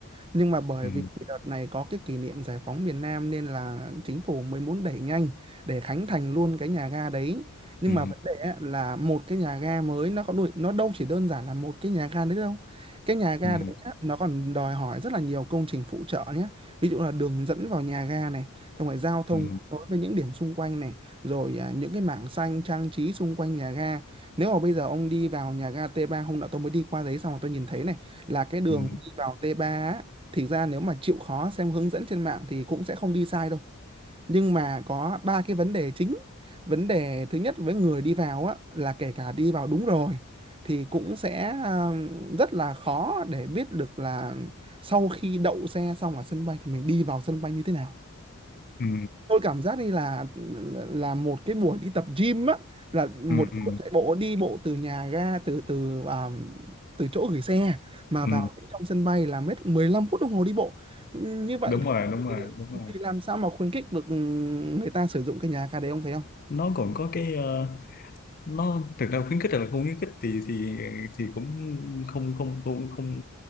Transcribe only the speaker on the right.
nhưng mà bởi
vì đợt này có cái kỷ niệm giải phóng miền Nam nên là chính phủ mới muốn đẩy nhanh để khánh thành luôn cái nhà ga đấy nhưng
mà vấn đề á là một cái nhà ga mới nó có đuổi, nó đâu chỉ đơn giản là một cái nhà ga đấy đâu cái nhà ga
đấy á, nó còn đòi hỏi rất là nhiều công trình phụ trợ nhé ví dụ là đường dẫn vào nhà ga này xong rồi giao thông
kết nối với những điểm xung quanh này rồi à, những cái mảng xanh trang trí xung quanh nhà ga nếu mà bây giờ ông đi vào nhà ga T3 hôm nọ tôi mới đi qua đấy xong rồi tôi nhìn thấy này là cái đường
đi vào T3 thì ra nếu mà chịu khó xem hướng dẫn trên mạng thì cũng sẽ không đi sai đâu nhưng mà có ba cái vấn đề chính vấn đề thứ nhất với người đi vào á là kể cả đi vào đúng rồi thì cũng sẽ ừm, rất là khó để biết được là sau khi đậu xe xong ở sân bay thì mình đi vào sân bay như thế nào
tôi cảm giác như là là một cái buổi đi tập gym á là một
buổi chạy bộ đi bộ từ nhà ga từ từ à, từ chỗ gửi xe mà
vào trong sân bay là mất 15 phút đồng hồ đi bộ như vậy
thì
thì làm sao mà khuyến khích được ừ, người ta sử dụng cái nhà ga đấy ông thấy không